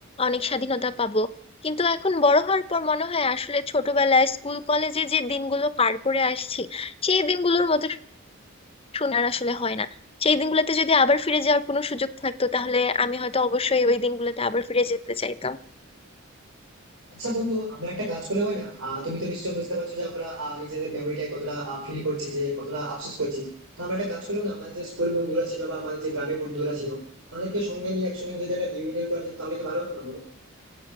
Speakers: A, on the left; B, on the right.
A: অনেক স্বাধীনতা পাবো কিন্তু এখন বড় হওয়ার পর মনে হয় আসলে ছোটবেলায় স্কুল কলেজে যে দিনগুলো পার করে আসছি সেই দিনগুলোর মতো সোনার আসলে হয় না সেই দিনগুলোতে যদি আবার ফিরে যাওয়ার কোনো সুযোগ থাকতো তাহলে আমি হয়তো অবশ্যই ওই দিনগুলোতে আবার ফিরে যেতে চাইতাম
B: আচ্ছা বন্ধু আমরা একটা কাজ করলে হয় না আহ, তুমি তো নিশ্চয়ই বুঝতে পারছো যে আমরা আহ, নিজেদের মেমোরিটাই কতটা ফিল করছি যে কতটা আফসোস করছি তো আমরা একটা কাজ করলেও না আমাদের যে স্কুল বন্ধুরা ছিল বা আমাদের যে গ্রামের বন্ধুরা ছিল তাদেরকে সঙ্গে নিয়ে একসঙ্গে যদি একটা রিউনিয়ন করা যেত তাহলে কি ভালো হতো না বলো